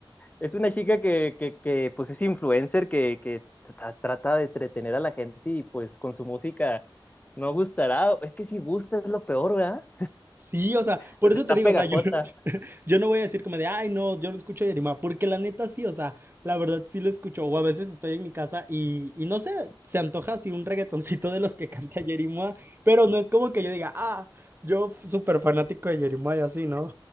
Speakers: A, on the left (about 20°); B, on the right (about 25°).
A: es una chica que, que, que, pues es influencer, que, que tra- trata de entretener a la gente y pues con su música no gustará. Es que si gusta es lo peor, ¿verdad?
B: Sí, o sea, por
A: Pues
B: eso
A: está
B: te digo,
A: pegajosa.
B: o sea, yo, <laughs> yo no voy a decir como de, ay, no, yo no escucho Yerima, porque la neta sí, o sea, la verdad sí lo escucho, o a veces estoy en mi casa y, y no sé, se antoja así un reggaetoncito de los que canta Yerima, pero no es como que yo diga, ah, yo f- súper fanático de Yerima y así, ¿no?